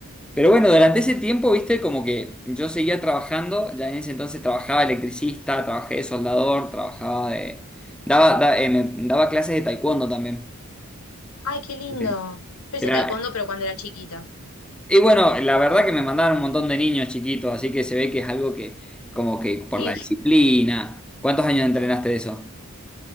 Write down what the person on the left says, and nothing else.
Ay, qué lindo.
Yo hice
taekwondo, pero cuando era chiquita.
Sí.